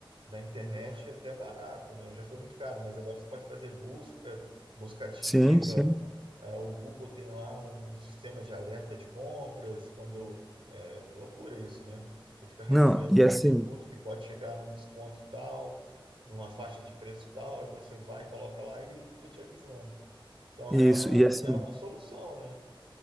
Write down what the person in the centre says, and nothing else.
Sim, sim.
Não, e
assim,
isso,
e assim,